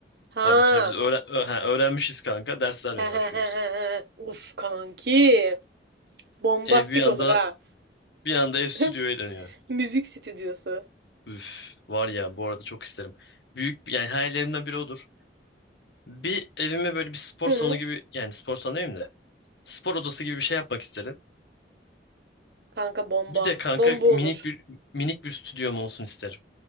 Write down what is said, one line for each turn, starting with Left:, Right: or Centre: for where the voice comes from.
Right: Ha.
Left: Tabii tabii biz öğren- ö- ha, öğrenmişiz kanka ders
Right: <laughs>
Left: vermeye başlıyoruz.
Right: Uf kanki. Bombastik
Left: Ev bir anda
Right: olur ha.
Left: bir anda ev stüdyoya
Right: <laughs>
Left: dönüyor.
Right: Müzik stüdyosu.
Left: Üf, var ya bu arada çok isterim. Büyük yani hayallerimden biri odur. Bir evime böyle bir spor
Right: Hı.
Left: salonu gibi yani spor salonu demeyeyim de spor odası gibi bir şey yapmak isterim.
Right: Kanka bomba.
Left: Bir de kanka
Right: Bomba
Left: minik
Right: olur.
Left: bir minik bir stüdyom olsun isterim.